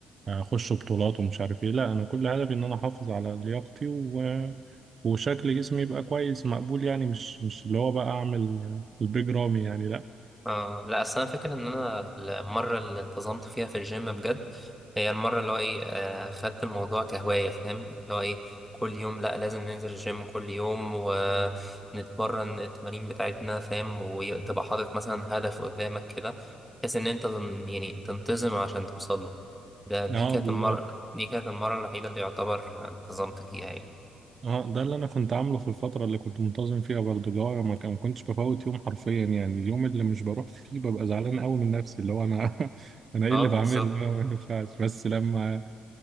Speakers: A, on the right (about 50°); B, in the centre.
A: أخش بطولات ومش عارف إيه لا أنا كل هدفي إن أنا أحافظ على لياقتي و... وشكل جسمي يبقى كويس مقبول يعني مش مش اللي هو بقى أعمل البيج رامي يعني لا
B: اه لا اصل انا فاكر ان انا المره اللي انتظمت فيها في الجيم بجد هي المره اللي هو ايه آه خدت الموضوع كهوايه فاهم اللي هو ايه كل يوم لا لازم ننزل الجيم كل يوم ونتمرن التمارين بتاعتنا فاهم وتبقى حاطط مثلا هدف قدامك كده بحيث ان انت تن- يعني تنتظم عشان توصل له ده دي
A: اه
B: كانت
A: بالظبط
B: المره دي كانت المره الوحيده اللي يعتبر انتظمت فيها يعني
A: اه ده اللي انا كنت عامله في الفتره اللي كنت منتظم فيها برضه اللي هو ما كان- ما كنتش بفوت يوم حرفيا يعني اليوم اللي مش بروح فيه ببقى زعلان قوي من نفسي اللي هو انا <laughs> انا ايه
B: اه
A: اللي
B: بالظبط
A: بعمله ده ما ينفعش بس لما